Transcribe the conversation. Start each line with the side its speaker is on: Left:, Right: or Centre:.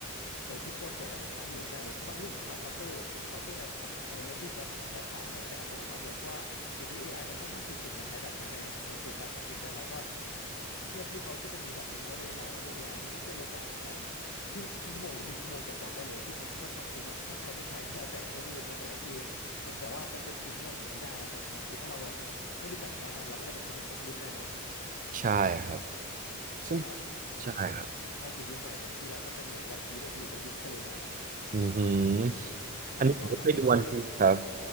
Left: เออทุกโปรเซสอะมันสั้นลงได้เลยเพราะบางรูปสามารถออโต้ออโต้ไดคัทเออลบรูปแบ็กแบ็กกราวด์ข้างหลังได้อัตโนมัติเลยเพราะว่าเดี๋ยวนี้ AI มันค่อนข้างถูกฝึกมาใช้แบบนั้นในในเชิงกราฟิกได้แล้วก็เพื่อนพี่เขาที่เป็นมือกราฟิกเขาเลยมองว่าเออเอไอนี้ก็ช่วยลดการทำงาน ครึ่งชั่วโมงหรือหนึ่งชั่วโมงต่อจ็อบได้เลยซึ่งมันก็ค่อนข้างคุ้มอะถ้าใครไม่ใช้ก็แล้วแต่เพื่อนพี่บุญเงี้ยแต่ก็คือมันแบบว่ามันเป็นสิ่งที่เราหนีไม่ได้แล้วตอนเนี้ยคือถ้าเราไม่รู้จักใช้มันเราก็จะเป็นคนที่ตกรุ่นแน่นอน
Right: ใช่ครับ
Left: ใช่ไหม
Right: ซึ่ง
Left: มัน
Right: ใช่ครับ
Left: เข้าสู่ยุคใหม่เต็มที่แล้วถ้าเป็นเหมือนวันพีก็คือเป็นยุคทะเลใหม่อะ
Right: อือหืออันนี้ผมไม่เคยดูวันพีซครับ
Left: ใช่เกาะใหม่เกาะใหม่